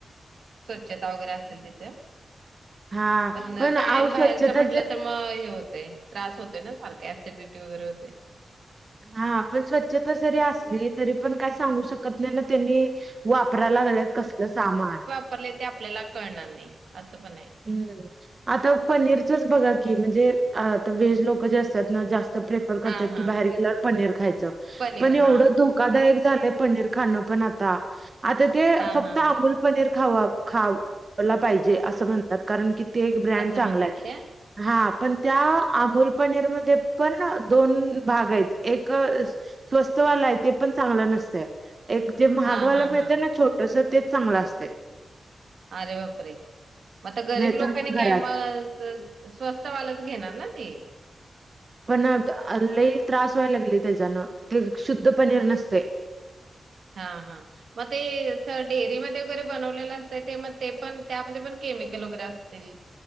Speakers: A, on the right (about 65°); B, on the right (about 30°).
A: स्वच्छता वगैरे असेल तिथे,
B: हा
A: पण
B: आव
A: कायम बाहेरच
B: स्वच्छता
A: म्हंटलं
B: ज
A: तर मग हे होतय, त्रास होतय ना. सारख ऍसिडिटी वगैरे होते.
B: हा, पण स्वच्छता जरी असली, तरी पण काय सांगू शकत नाही ना. त्यांनी वापराय लागल्यात कसलं सामान.
A: वापरलय ते आपल्याला कळणार नाही, असं पण आहे.
B: हम्म, आता पनीरचच बघा की, म्हणजे आता व्हेज लोक जे असतात ना जास्त प्रेफर करतात
A: हा हा
B: की बाहेर गेल्यावर पनीर खायचं.
A: पनीर
B: पण एवढ
A: हा
B: खुप धोकादायक झालंय पनीर खाणं पण आता. आता काल ते
A: हा
B: फक्त
A: हा
B: अमूल
A: हा
B: पनीर खावा. खायला पाहिजे असं म्हणतात कारण की ते एक ब्रँड
A: असं
B: चांगला
A: म्हणतात
B: आहे.
A: काय?
B: हा पण त्या अमुल पनीर मध्ये पण दोन भाग आहेत. एक स्वस्तवालाय ते पण चांगलं नसतंय. एक जे महागवाला
A: हा हा
B: मिळत
A: हा
B: ना छोटस, तेच चांगलं असतय.
A: अरे बापरे मग आता गरीब
B: नाहीतर
A: लोकांनी
B: मग
A: काय
B: घरात
A: मग तर स्वस्त वालच घेणार ना ते.
B: पण लय त्रास व्हायला लागलय त्याच्यानं. ते शुद्ध पनीर नसतय.
A: हा. मग ते डेअरीमध्ये वगैरे बनवलेलं असतय. ते मग ते पण त्यामध्ये, पण केमिकल वगैरे असतय.